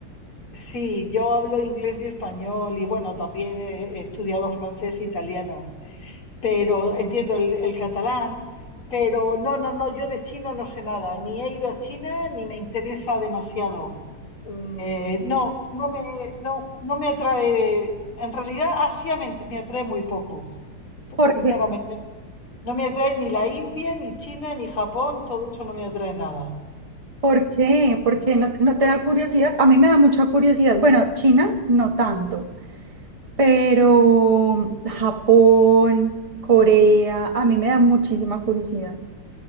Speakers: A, on the left (about 70°); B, on the right (about 15°).
A: sí, yo hablo inglés y español y bueno, también he he estudiado francés e italiano. pero entiendo el, el catalán, pero no, no, no, yo de chino no sé nada, ni he ido a China ni me interesa demasiado. Eh, no, no me, no, no me atrae, en realidad Asia me, me atrae muy poco,
B: ¿Por
A: sinceramente.
B: qué?
A: No me atrae ni la India, ni China, ni Japón, todo eso no me atrae nada.
B: ¿Por qué? ¿Por qué? ¿No, no te da curiosidad? A mí me da mucha curiosidad. Bueno, China no tanto, pero Japón, Corea, a mí me da muchísima curiosidad.